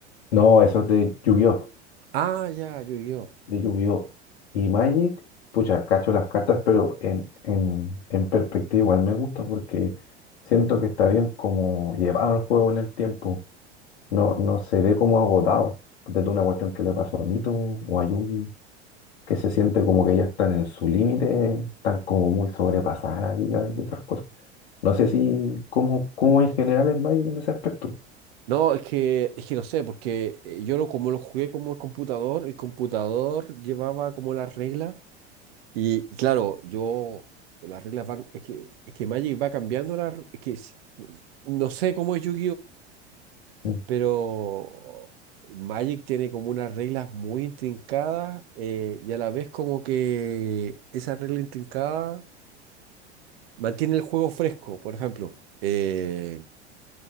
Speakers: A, on the left; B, on the right.
A: No, eso es de Yu-Gi-Oh!
B: Ah, ya, yo yo.
A: De Yu-Gi-Oh! Y Magic, pucha, cacho las cartas, pero en, en, en perspectiva igual me gusta porque siento que está bien como llevado el juego en el tiempo. No, no se ve como agotado. Desde una cuestión que le pasó a Mito o a Yugi. que se siente como que ya están en su límite, están como muy sobrepasadas la vida y esas cosas. No sé si, cómo, cómo en general es Magic en ese aspecto.
B: No, es que, es que no sé, porque eh, yo lo, como lo jugué como el computador, el computador llevaba como las reglas y, y claro, yo, las reglas van, es que, es que Magic va cambiando las, es que es- no sé cómo es yu
A: Mm,
B: pero Magic tiene como unas reglas muy intrincadas eh, y a la vez como que esa regla intrincada mantiene el juego fresco. Por ejemplo, eh,